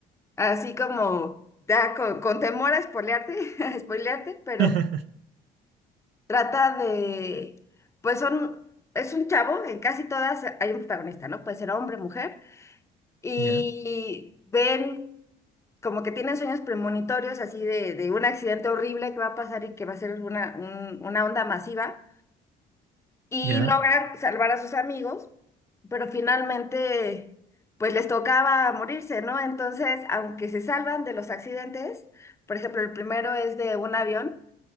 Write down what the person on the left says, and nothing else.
así como, ya con, con temor a spoilearte, <laughs> a spoilearte, pero
Trata de, pues son, es un chavo, en casi todas hay un protagonista, ¿no? Puede ser hombre, mujer, y
ven como que tienen sueños premonitorios así de, de un accidente horrible que va a pasar y que va a ser una, un- una onda masiva, y
logran salvar a sus amigos, pero finalmente, pues les tocaba morirse, ¿no? Entonces, aunque se salvan de los accidentes, por ejemplo, el primero es de un avión